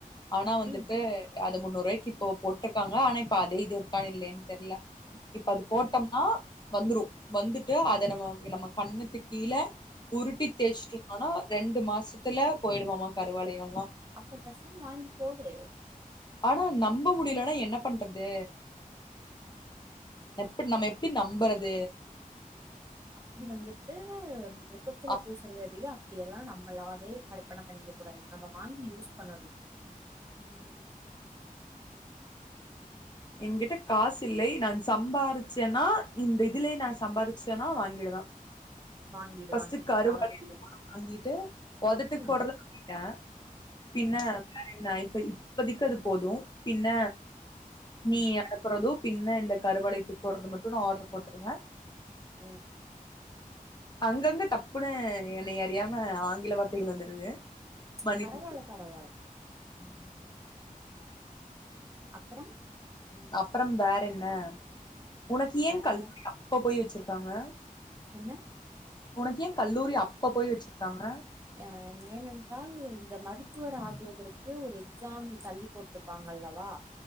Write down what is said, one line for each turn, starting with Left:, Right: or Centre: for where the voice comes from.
Left: ஆனா வந்துட்டு
Right: ம்
Left: அது முன்னூறுவாய்க் கிப்போ போட்ருக்காங்ளா ஆனா இப்ப அதே இது இருக்கானு இல்லயான்னு தெர்ல இப்ப அது
Right: ம்
Left: போட்டம்னா வந்துரு வந்துட்டு அத நம்ம நம் நம்ம கண்ணுக்கு கீழ உருட்டி தேச்சுட்டுருந்தொனா ரெண் டு மாசத்துல போயிடுமாமா கருவலயொல்லா
Right: அப்பொ பெசாம் வாங்கி போடு
Left: ஆனா நம்ப முடியலன்னா என்ன பண்றது எப்டி நம்ம எப்டி நம்புற து
Right: அப்டி வந்துட்டு மொகத்துல
Left: அப்
Right: பூசறததியா டியெல்லா நம்மளாவே கற்பன பண்ணிக்க கூடாது நம்ம வாங்கி யூஸ் பண்ணணு
Left: ம் எங்கிட்ட காசு இல்லை நான் சம்பாரிச்சேன்னா இந்த இதுலயே நா சம்பாரிச்சுட்டன்னா வாங்கிடுவ
Right: வாங்கிடு
Left: ஃபஸ்ட்
Right: வாங்கிடு
Left: கருவளைய
Right: உன்னால முடியு
Left: <inaudible> வாங்கிட்டு ஒதட்டுக்
Right: ம்
Left: போடுறத வாங்கிட்ட பின்ன
Right: ம்
Left: வேற என்ன இ இப்பதைக்கு அது போதும் பின்ன
Right: ம்
Left: நீ அனுப்பறது பின்ன இந்த கருவளையத்துக் போடுறது மட்டு நா ஆட்ரு போட்டுருவ
Right: உம்
Left: அங்கங்க டப்புன்னு என்னை அறியாம ஆங்கில வார்த்தைகள் வந்துருது மன்னித்து
Right: பராவல பராவல
Left: ம்
Right: உம் அப்பறம்
Left: உம் அப்பறம் வேற என்ன உனக்கு ஏன்
Right: வேற
Left: கல் <inaudible> அப்ப போய் வச்சிருக் க்காங்க
Right: என்ன
Left: உனக்கு ஏன் கல்லூரி அப்ப போய் வச்சிருக்காங்க
Right: அஹ் ஏனென்றால் இந்த மருத்துவர் ஆகவதற்கு ஒரு எக்ஸாம் தள்ளி போட்ருக்காங்கல்லவா